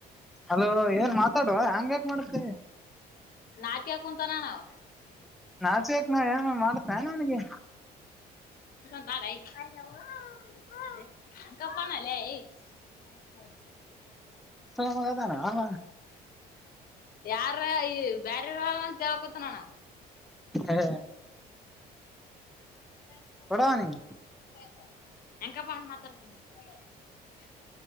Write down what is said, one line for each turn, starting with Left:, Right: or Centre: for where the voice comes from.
Centre: ಹಲೋ ಏನ್ ಮಾತಾಡುವ ಹೆಂಗ್ಯಾಾಕ್ ಮಾಡುತ್ತೆ
Left: ನಾತ್ಗೆ ಕುಂತಾನಣಾವ
Centre: ನಾಚೆಕ್ ನಾ ಏನನ ಮಾಡತ್ನನ ಅವನಿಗೆ
Left: <unintelligible> <unintelligible>
Centre: ಹೋಗದಾನ ಅವ
Left: ಯಾರ ಈ ಬ್ಯಾರೆರ ಕೇಳಕುತ್ತನಣಾವ
Centre: ಏ
Left: <unintelligible>
Centre: ಕೊಡವನಿಗೆ